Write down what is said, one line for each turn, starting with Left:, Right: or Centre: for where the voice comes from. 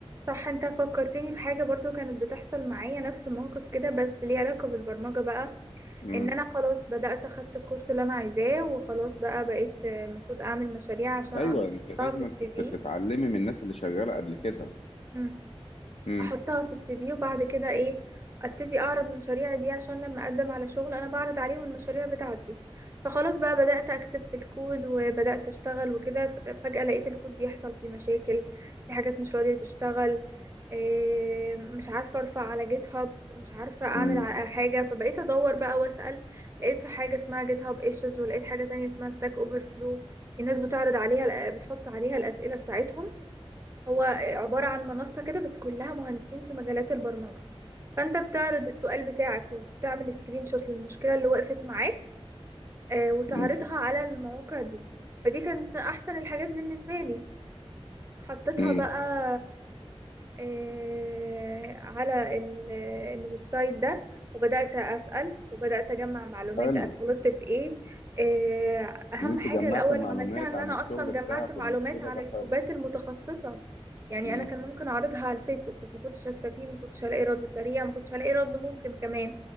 Right: صح انت فكرتني في حاجة برضو كانت بتحصل معايا نفس الموقف كده بس ليه علاقة بالبرمجة بقى
Left: امم
Right: ان انا خلاص بدأت اخدت الكورس اللي انا عايزاه وخلاص بقى بقيت آه، المفروض اعمل مشاريع عشان
Left: ايوه
Right: اقدر
Left: انت لازم
Right: احطها في السي
Left: تت- تتعلمي من الناس اللي شغاله قبل كده
Right: في
Left: امم
Right: احطها في السي في وبعد كده ايه ابتدي اعرض مشاريعي دي عشان لما اقدم على شغل انا بعرض عليهم المشاريع بتاعتي فخلاص بقى بدأت اكتب في الكود وبدأت اشتغل وكده ف- فجأة لقيت الكود بيحصل فيه مشاكل في حاجات مش راضية تشتغل إيه، مش عارفة ارفع على جيت هاب مش عارفة اعمل
Left: امم
Right: ع- حاجة فبقيت ادور بقى واسأل لقيت حاجة اسمها جيت هاب ايشوز ولقيت حاجة تانية اسمها ستاك اوفر فلو الناس بتعرض عليها بتحط عليها الأسئلة بتاعتهم هو عبارة عن منصة كده بس كلها مهندسين في مجالات البرمجة فأنت بتعرض السؤال بتاعك وبتعمل سكرين شوت للمشكلة اللي وقفت معاك آه، وتعرضها
Left: مم.
Right: على المواقع دي فدي كانت أحسن الحاجات بالنسبة لي حطيتها
Left: مم.
Right: بقى آه، على ال- آه، الويب سايت ده وبدأت أسأل وبدأت أجمع معلومات
Left: حلو
Right: أنا غلطت في إيه آه، أهم
Left: ان انت
Right: حاجة
Left: جمعت
Right: الأول
Left: معلومات
Right: عملتها إن
Left: عن
Right: أنا
Left: الشغل
Right: أصلا جمعت
Left: بتاعك
Right: معلومات
Left: والمشكله
Right: عن
Left: ده
Right: الجروبات
Left: حلو
Right: المتخصصة يعني
Left: مم.
Right: أنا كان ممكن أعرضها على الفيسبوك بس ما كنتش هستفيد ما كنتش هلاقي رد سريع ما كنتش هلاقي رد ممكن كمان